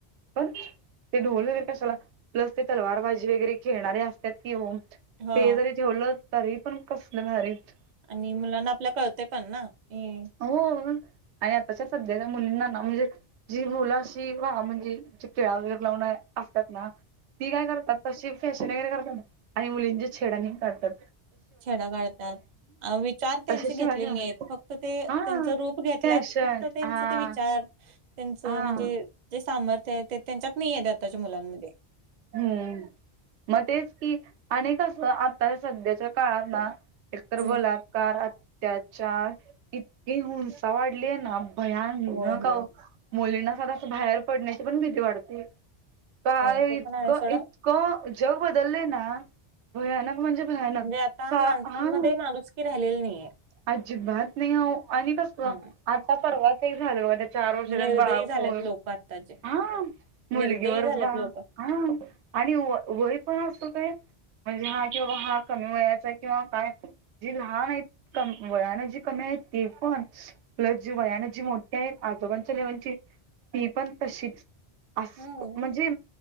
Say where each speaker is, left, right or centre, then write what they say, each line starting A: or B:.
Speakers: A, on the right (about 85°); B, on the right (about 50°).
A: पण ते ढोल वगैरे कशाला प्लस ते तलवार बाजी वगैरे खेळणारे असतात की ओ
B: हा
A: ते जरी ठेवलं, तरी पण कसलं भारीच
B: आणि मुलांना आपल्या कळतंय पण ना अम
A: हो आणि आताच्या सध्याच्या मुलींना ना म्हणजे जी मुल अशी अ म्हणजी जी टिळा वगैरे लावूण असतात ना ती काय करतात तशी फॅशन वगैरे करतात आणि मुलींची छेडानी काढतात.
B: छेडा काढतात विचार त्यांची
A: तसे शिवाजी
B: घेतलेली
A: महाराज
B: नाही येत फक्त ते
A: हा
B: त्यांच रूप घेतल्यात
A: फॅशन
B: फक्त त्यांच
A: हा
B: ते विचार त्यांच म्हणजे
A: हा
B: जे सामर्थ आहे ते त्यांच्यात नाही ये ते आताच्या मुलांमध्ये
A: हम्म, म तेच कि आणि कसं आता सध्याच्या काळात ना एकतर
B: हम्म.
A: बलात्कार, अत्याचार इतकी हुंसा वाढलीय ना भयान
B: होय
A: न
B: होय
A: का ओ, मुलींना साध अस बाहेर पडण्याची पण भीती वाटते. काय
B: होय ते
A: इतकं
B: पण आहे सोडा
A: इतकं, जग बदललेय ना भयानक म्हणजे भयानक
B: म्हणजे आता
A: सा
B: माणसांमध्ये
A: हा
B: माणुसकी राहिलेली नाहीये.
A: अजिबात नाही ओ आणि कस
B: हा
A: आता परवाच एक झालय बघा त्या चार वर्षाच्या
B: निर्दयी
A: बा
B: झाल्यात
A: पो हा,
B: लोक आत्ताचे
A: मुलगीवरच
B: निर्दयी झाल्यात
A: बा
B: लोक.
A: हा आणि व वय पण असू दे म्हणजे हा किं बाबा हा कमी वयाचा किंवा काय जी लहान आहेत. कमी वयाने जी कमी आहे ती पण प्लस जी वयाने जी मोठी आहेत आजोबांच्या लेवलची ती पण तशीच अस
B: हम्म
A: म्हणजे